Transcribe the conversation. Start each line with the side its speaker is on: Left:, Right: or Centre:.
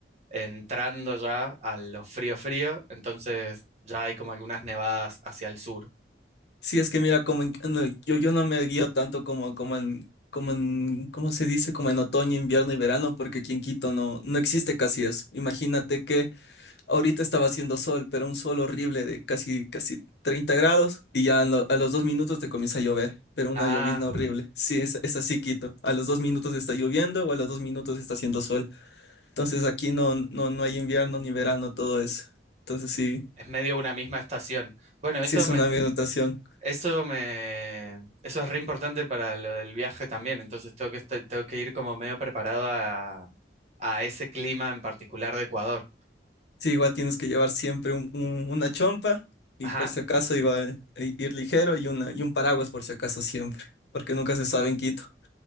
Right: entrando ya a lo frío frío, entonces ya hay como algunas nevadas hacia el sur.
Left: Sí, es que mira, como en- no, yo, yo no me guío tanto como, como en, como en, ¿cómo se dice? Como en otoño, invierno y verano, porque aquí en Quito no, no existe casi eso. Imagínate que ahorita estaba haciendo sol, pero un sol horrible de casi, casi 30 grados y ya a, lo- a los dos minutos te comienza a llover. Pero una
Right: Ah,
Left: llovizna horrible. Sí, es, es así, Quito. A los dos minutos está lloviendo o a los dos minutos está haciendo sol. Entonces aquí no, no, no hay invierno ni verano, todo eso. Entonces sí,
Right: es medio una misma estación. Bueno,
Left: sí
Right: eso
Left: es una minotación.
Right: Eso me, eso es re importante para lo del viaje también, entonces tengo que, estar- tengo que ir como medio preparado a, a ese clima en particular de Ecuador.
Left: Sí, igual tienes que llevar siempre un- un- una chompa y
Right: Ajá,
Left: por si acaso igual i- ir ligero y, una, y un paraguas por si acaso siempre, porque nunca se sabe en Quito.